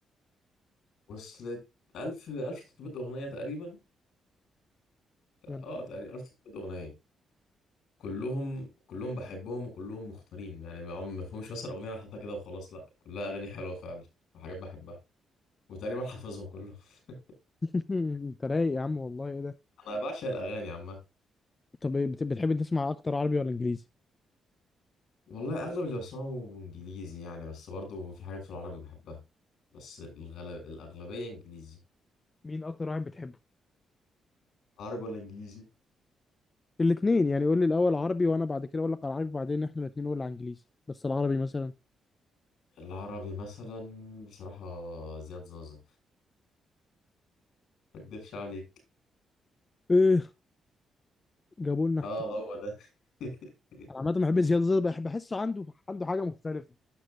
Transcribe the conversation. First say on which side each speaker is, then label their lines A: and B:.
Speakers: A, on the left; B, on the left.
A: وصلت 1000 1300 أغنية تقريبا
B: يا نهار
A: اه تقريبا 1300 أغنية كلهم كلهم بحبهم وكلهم مختارين يعني ما ما فيهمش مثلا اغنيه انا حاططها كده وخلاص لا كلها اغاني حلوه فعلا وحاجات بحبها وتقريبا حافظهم كلهم <laughs>
B: <laughs> انت رايق يا عم والله ايه ده
A: انا بعشق الاغاني عامه
B: طب إيه بت- بتحب تسمع اكتر عربي ولا انجليزي
A: والله اغلب اللي بسمعه انجليزي يعني بس برضه في حاجات في العربي بحبها بس الغلب الاغلبيه انجليزي
B: مين اكتر واحد بتحبه
A: عربي ولا انجليزي
B: الاثنين يعني قول لي الاول عربي وانا بعد كده اقول لك على العربي وبعدين احنا الاثنين نقول على انجليزي بس العربي مثلا
A: العربي مثلا بصراحه زياد زازا ما اكدبش عليك
B: ايه جابوا لنا
A: اه
B: حكومه
A: هو ده <laughs>
B: انا عامه بحب زياد زازا بحب بحسه عنده عنده حاجه مختلفه